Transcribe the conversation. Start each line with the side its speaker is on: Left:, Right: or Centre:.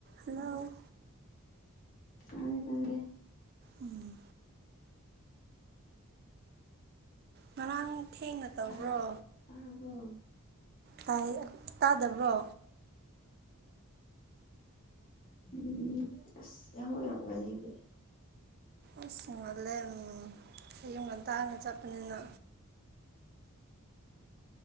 Right: ꯍꯜꯂꯣ
Left: ꯎꯝ ꯇꯥꯔꯦ ꯇꯥꯒ‌ꯦ
Right: ꯎꯝ꯫ ꯉꯔꯥꯡ ꯊꯦꯡꯅ ꯇꯧꯕ꯭ꯔꯣ꯫
Left: ꯇꯥꯔꯕ ꯇꯥꯔꯕꯣ
Right: ꯇꯥꯏ ꯇꯥꯗꯕ꯭ꯔꯣ
Left: ꯎꯝ ꯑꯁ ꯌꯥꯍꯧ ꯌꯥꯝ ꯉꯜꯂꯤꯅꯦ
Right: ꯑꯁ ꯉꯜꯂꯦ ꯎꯝ ꯑꯌꯨꯛ ꯉꯟꯇꯥꯅ ꯆꯠꯄꯅꯤꯅ